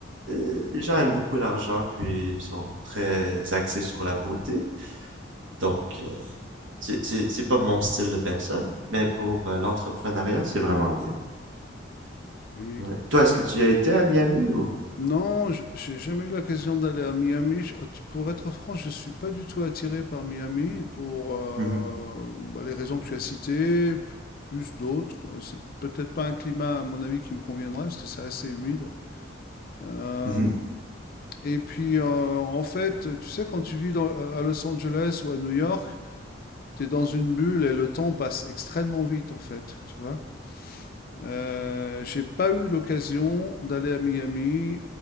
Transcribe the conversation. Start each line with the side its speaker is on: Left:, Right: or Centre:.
Right: euh, les gens aiment beaucoup l'argent, puis ils sont très axés sur la beauté. Donc, euh, c'est c'est- c'est pas mon style de personne, mais pour euh, l'entrepreneuriat, c'est vraiment bien.
Left: oui.
Right: Ouais. Toi, est-ce que tu as été à Miami ou?
Left: Non, j- j'ai jamais eu l'occasion d'aller à Miami. Je- Pour être franc, je suis pas du tout attiré par Miami pour euh,
Right: <laughs> Mhm.
Left: bah, les raisons que tu as citées, plus d'autres. Euh, C'est peut-être pas un climat, à mon avis, qui me conviendrait parce que c'est assez humide. Euh,
Right: Mhm.
Left: et puis, euh, en fait, tu sais, quand tu vis dans- à Los Angeles ou à New York, tu es dans une bulle et le temps passe extrêmement vite, en fait, tu vois. Euh, j'ai pas eu l'occasion d'aller à Miami